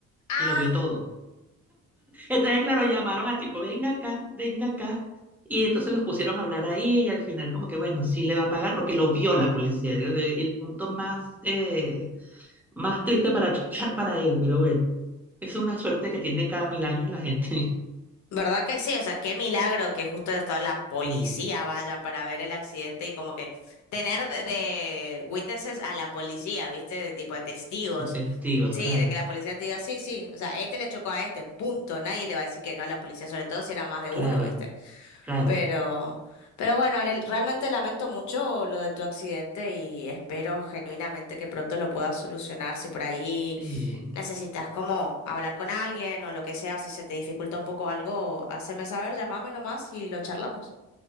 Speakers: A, on the left; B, in the centre.
A: Ah,
B: y lo vio todo. Entonces, claro, llamaron a tipo, venga acá, venga acá. Y entonces los pusieron a hablar ahí y al final como que, bueno, sí le va a pagar porque lo vio la policía. El, el punto más, eh, más triste para <laughs> chocar para él, pero bueno, eso es una suerte que tiene cada mil años la gente. <laughs>
A: ¿Verdad que sí? O sea, qué milagro que justo toda la policía
B: Sí.
A: vaya para ver el accidente y como que tener de, de witnesses a la policía, ¿viste? De tipo de testigos.
B: De testigos,
A: Sí,
B: claro,
A: de que la policía te diga, sí, sí, o sea, este le chocó a este, punto. Nadie le va a decir que no a la policía, sobre todo si era más de
B: claro,
A: uno, ¿viste?
B: claro.
A: Pero, pero bueno, Ale, realmente lamento mucho lo de tu accidente y espero genuinamente que pronto lo puedas solucionar. Si por ahí
B: Sí,
A: necesitas como hablar con alguien o lo que sea, o si se te dificulta un poco algo, haceme saber, llámame nomás y lo charlamos.